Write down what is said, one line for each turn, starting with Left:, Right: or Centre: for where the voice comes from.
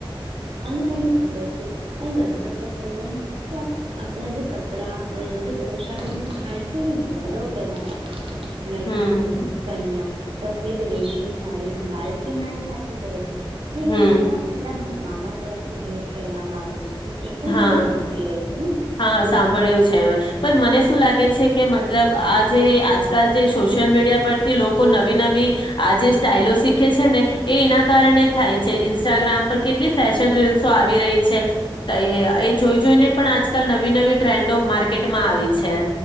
Right: અને તમને ખબર છે, આ લગ્ન પ્રસંગોમાં આપણા જે કપડા અને જે પોશાકો નું સ્થાન છે એ ગૌરવ પ્રદાન કરે છે. લગ્ન
Left: હમ
Right: સમયે કન્યા સફેદ રેશમી સાડી લાલ કિનારી સાથે કરે છે, જે
Left: હમ
Right: એના પેલા મામા તરફથી ભેટ કરવામાં આવે છે. તે પણ
Left: હા
Right: તમે સાંભળી હશે ને?
Left: હા સાંભળ્યું છે મેં પણ મને શું લાગે છે કે મતલબ આ જે આજકાલ જે સોશિયલ મીડિયા પરથી લોકો નવી નવી, આ જે સ્ટાઈલો શીખે છે ને એ એના કારણે થાય છે ઇન્સ્ટાગ્રામ પર કેટલી ફેશન રીલ્સો આવી રહી છે. એ એ જોઈ જોઈને પણ આજકાલ નવી નવી ટ્રેન્ડો માર્કેટમાં આવી છે.